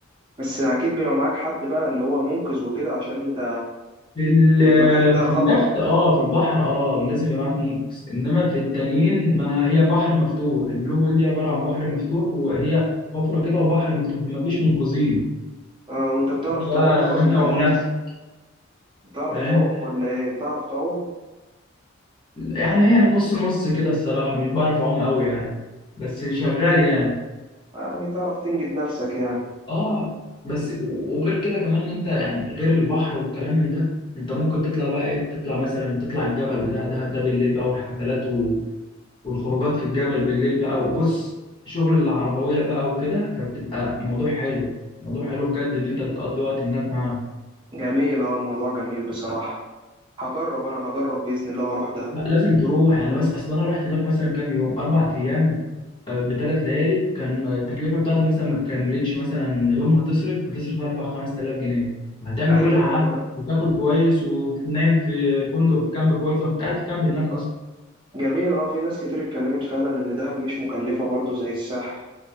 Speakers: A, on the right (about 25°); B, on the left (about 25°).
A: بس اكيد بيبقى معاك حد بقى اللي هو منقذ وكده عشان انت
B: في ال-
A: يعني المكان ده
B: في
A: خطر
B: اليخت اه في البحر اه لازم يبقى معاك منقذ انما في التانيين ما هي بحر مفتوح البلو هول دي عباره عن بحر مفتوح وهي حفره كده وبحر مفتوح فما فيش منقذين
A: اه وانت بتعرف
B: لا
A: تعوم بقى ولا
B: انت ونفسك
A: بتعرف
B: فاهم
A: تعوم ولا ايه بتعرف تعوم
B: يعني ايه نص نص كده الصراحة مش بعرف أعوم قوي يعني بس شغال يعني
A: يعني تعرف تنجد نفسك يعني
B: اه بس و- وغير كده كمان إن انت يعني غير البحر والكلام من ده انت ممكن تطلع بقى ايه تطلع مثلا تطلع الجبل بتاع دهب ده بالليل بقى والحفلات و- والخروجات في الجبل بالليل بقى وبص شغل العربوية بقى وكده فبتبقى موضوع حلو موضوع حلو بجد ان انت تقضي وقت هناك معاه
A: جميل اه الموضوع جميل بصراحه هجرب انا هجرب باذن الله واروح دهب
B: لا لازم تروح يعني بس اصل انا رحت هناك مثلا كام يوم اربع ايام بثلاث ليالي كان التكلفه بتاعته مثلا ما تكملتش مثلا يوم هتصرف هتصرف 4 5000 جنيه وهتعمل
A: ايوه
B: كل حاجه
A: ايوه انا
B: وتاكل كويس ونايم في فندق في كامب كويس انا كنت قاعد في كامب هناك اصلا
A: جميل اه في ناس كتير اتكلمت فعلا ان دهب مش مكلفه برضو زي الساحل